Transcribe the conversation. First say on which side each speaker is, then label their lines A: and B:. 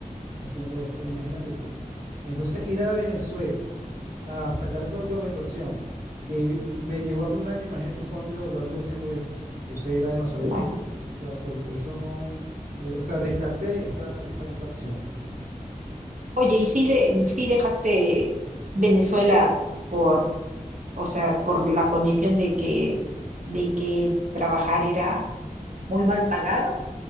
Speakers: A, on the right; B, on the right.
A: haciendo eso, imagínate tú. Entonces, ir a Venezuela a sacar esa documentación que me llevó a mí un año, imagínate tú cuánto iba a durar yo haciendo eso. Entonces, era demasiado
B: claro.
A: difícil, pa- por, por eso no, eh, o sea, descarté esa, esa, esa opción.
B: Oye, ¿y si, de, si dejaste Venezuela por o sea, por la condición de que, de que trabajar era muy mal pagado,